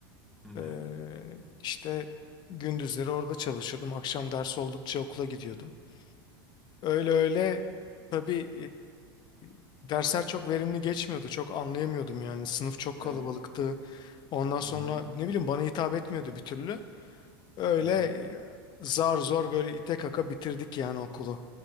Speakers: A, in the centre; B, on the left (about 35°).
A: Hı hı.
B: Ee, işte gündüzleri orada çalışıyordum. Akşam ders oldukça okula gidiyordum. Öyle öyle tabii e, dersler çok verimli geçmiyordu. Çok anlayamıyordum yani. Sınıf çok
A: E,
B: kalabalıktı. Ondan sonra
A: Hı hı.
B: ne bileyim bana hitap etmiyordu bir türlü. Öyle
A: Hı hı.
B: e, zar zor böyle ite kaka bitirdik yani okulu